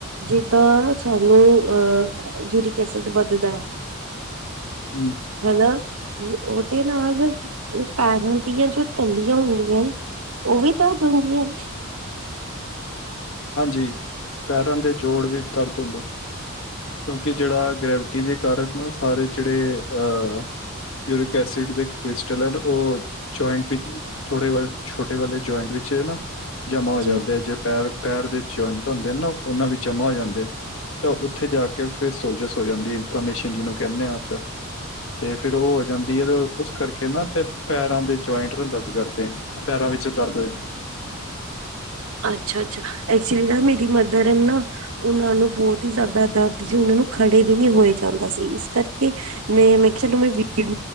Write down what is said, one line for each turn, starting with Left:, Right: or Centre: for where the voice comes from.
Right: ਜਿੱਦਾਂ ਸਾਨੂੰ ਅਹ ਯੂਰਿਕ ਐਸਿਡ ਵੱਧਦਾ।
Left: ਹਮ।
Right: ਹਨਾ ਉਹਦੇ ਨਾਲ ਇਹ ਪੈਰਾਂ ਦੀਆਂ ਜੋ ਤਲੀਆਂ ਹੁੰਦੀਆਂ ਉਹ ਵੀ ਤਾਂ ਦਿੰਦੀਆਂ।
Left: ਹਾਂਜੀ। ਪੈਰਾਂ ਦੇ ਜੋੜ ਵੀ ਦਰਦ ਹੁੰਦੇ। ਕਿਉਂਕਿ ਜੇੜਾ ਗ੍ਰੈਵਿਟੀ ਦੇ ਕਾਰਨ ਨਾ ਸਾਰੇ, ਜਿਹੜੇ, ਅਹ ਯੂਰਿਕ ਐਸਿਡ ਦੇ ਟਵਿਸਟ ਜਲਣ ਉਹ ਜੁਆਇੰਟ ਵਿੱਚ, ਥੋੜੇ ਵ ਛੋਟੇ ਵਾਲੇ ਜੁਆਇੰਟ ਵਿੱਚ ਹੈ ਨਾ। ਜਮਾਂ ਹੋ
Right: ਜੀ
Left: ਜਾਂਦੇ ਜੇ ਪੈਰ, ਪੈਰ ਦੇ ਜੁਆਇੰਟ ਹੁੰਦੇ ਆ ਨਾ ਉਹਨਾਂ ਵਿੱਚ ਜਮਾ ਹੋ ਜਾਂਦੇ ਤਾਂ ਉੱਥੇ ਜਾ ਕੇ। ਫਿਰ ਸੋਜਿਸ ਹੋ ਜਾਂਦੀ, ਇਨਫੋਰਮੇਸ਼ਨ ਜਿਹਨੂੰ ਕਹਿੰਦੇ ਹਾਂ ਆਪਾਂ। ਤੇ ਫਿਰ ਉਹ ਹੋ ਜਾਂਦੀ, ਤੇ ਉਸ ਕਰਕੇ ਨਾ ਤੇ ਪੈਰਾਂ ਦੇ ਜੁਆਇੰਟ ਨੂੰ ਦਰਦ ਕਰਦੇ। ਪੈਰਾਂ ਵਿੱਚ ਦਰਦ ਰਹੇ
Right: ਅੱਛਾ -ਅੱਛਾ। ਐਕਚੁਲੀ ਨਾ ਮੇਰੀ ਮਦਰ ਐ ਨਾ ਉਹਨਾਂ ਨੂੰ ਬਹੁਤ ਹੀ ਜ਼ਿਆਦਾ ਦਰਦ ਸੀ ਉਹਨਾਂ ਨੂੰ ਖੜੇ ਵੀ ਨਹੀਂ ਹੋਏ ਜਾਂਦਾ ਸੀ ਇਸ ਕਰਕੇ। ਨਹੀ ਮੈਂ ਕਿਹਾ ਚਲ ਵੀੜ